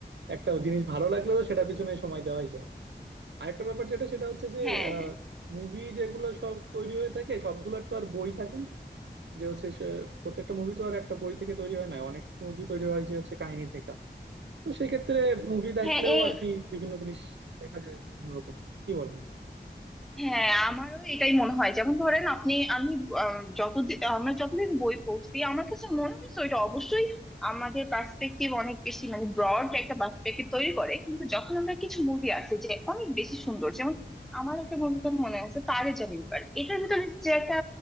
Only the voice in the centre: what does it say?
হ্যাঁ
হ্যাঁ এই
হ্যাঁ আমারও এটাই মনে হয় যেমন ধরেন আপনি আমি আহ, যতদিন আমরা যতদিন বই পড়ছি আমার কাছে মনে হয়েছে ওইটা অবশ্যই আমাদের পার্সপেক্টিভ অনেক বেশি মানে ব্রড একটা পার্সপেক্টিভ তৈরি করে কিন্তু যখন আমরা কিছু মুভি আছে যে অনেক বেশি সুন্দর যেমন আমার একটা মুভিটার মনে আছে তারে জামিন পার এটার ভিতরে যে একটা